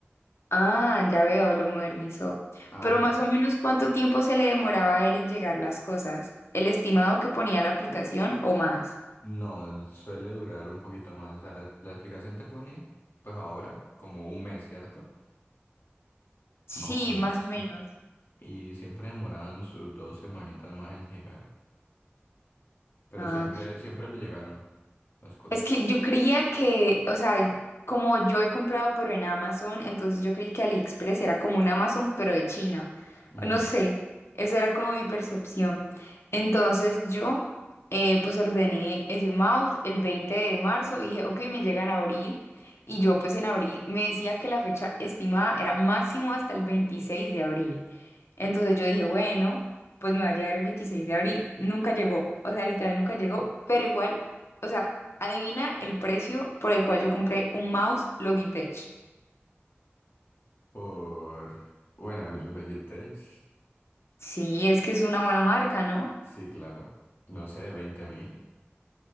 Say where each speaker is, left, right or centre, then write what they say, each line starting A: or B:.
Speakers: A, on the left (about 80°); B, on the left (about 60°).
A: Ah, ya veo, lo modernizó.
B: Ajá.
A: Pero más o menos, ¿cuánto tiempo se le demoraba a él en llegar las cosas? ¿El estimado que ponía la aplicación o más?
B: No, suele durar un poquito más. O sea, la, la aplicación te pone, pues ahora, como un mes, ¿cierto?
A: Sí,
B: Más o menos.
A: más o menos.
B: Y siempre demoraban sus dos semanitas más en llegar. Pero
A: Ah.
B: siempre, siempre le llegaron las cosas.
A: Es que yo creía que, o sea, como yo he comprado pero en Amazon, entonces yo creí que AliExpress era como un Amazon pero de China.
B: Ujú.
A: No sé, esa era como mi percepción. Entonces yo eh, pues ordené ese mouse el 20 de marzo y dije, ok, me llega en abril. Y yo pues en abril me decía que la fecha estimada era máximo hasta el 26 de abril. Entonces yo dije, bueno, pues me va a llegar el 26 de abril. Nunca llegó, o sea, literal nunca llegó, pero igual o sea, adivina el precio por el cual yo compré un mouse Logitech.
B: Por, bueno, el Logitech,
A: Sí, es que es una buena marca, ¿no?
B: sí, claro. No sé, veinte mil.